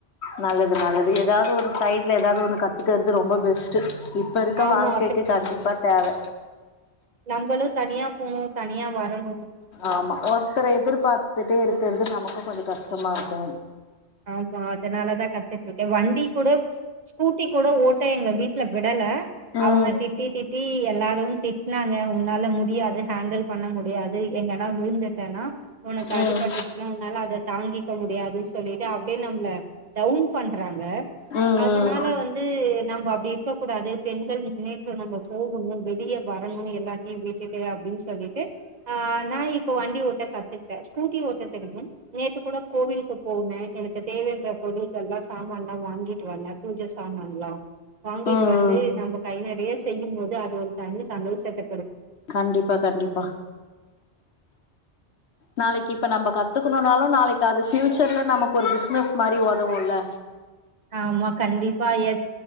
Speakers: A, on the left; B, on the right.
A: நல்லது நல்லது ஏதாவது ஒரு சைட்ல ஏதாவது ஒன்னு கத்துக்கற்து ரொம்ப பெஸ்ட் இப்ப ருக்க
B: ஆமா
A: வாழ்க்கைக்கு கண்டிப்பா தேவ
B: நம்பளு தனியா போணு தனியா வரனு
A: ஆமா ஒருத்தர எதிர்பாத்துட்டே ருக்கிறது நமக்கு கொஞ்சோ கஷ் த்துமா ருக்கு
B: ஆமா அதனாலதா கத்துட்ருக்கே வண்டி கூட ஸ்கூட்டி குட ஓட்ட எங்க வீட்ல விடல
A: ம்
B: அவுங்க திட்டி திட்டி எல்லாரு திட் நாங்க உன்னால முடியாது ஹேண்டில் பண்ண முடியாது எங்கனா விழுந்துட்டேன்னா ஒனக்
A: ம்
B: அடிபட்டுச்
A: ம்
B: என்னால அத தாங்கிக்க முடியாதுன் சொ சொல்லிட்டு அப்டியே நம்ள டௌன் பண்றாங்க
A: ம்
B: அதனால
A: ம்
B: வந்து நம்ம அப்டி ருக்க குடாது பெண்கள் முன்னேற்றம் நம்ம போகுணு வெளிய வரணு எல்லாத்தயு விட்டுட்டு அப்டின் சொல்லிட்டு அஹ் நா இப்ப வண்டி ஓட்ட கத்துக்ட்டே ஸ்கூட்டி ஓட்ட தெரியு நேத்து குட கோவில்க்கு போனே எனக்கு தேவன்ற பொருள்கல்லா சாமான்ல்லா வாங்கிட்டு வந்தே பூஜ சாமான் லா வாங்கிட்டு
A: ம்
B: வந்து நம்ம கை நெறய செய்யு போது அது ஒரு தனி சந்தோஷ்த்த
A: கண்டிப்பா கண்டிப்பா நாளக்கி ப்ப நம்ப கத்துக்கணுனாலு நாளக் அது ஃபியூச்சர்ல நமக் கொரு பிசினஸ் மாரி ஒதவுல்ல
B: ஆமா கண்டிப்பா ஏ